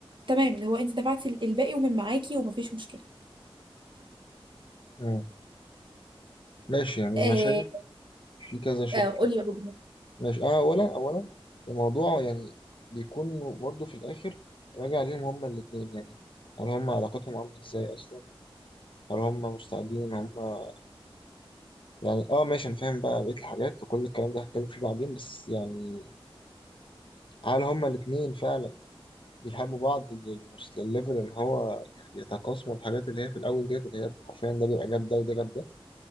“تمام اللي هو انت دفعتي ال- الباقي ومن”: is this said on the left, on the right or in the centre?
Right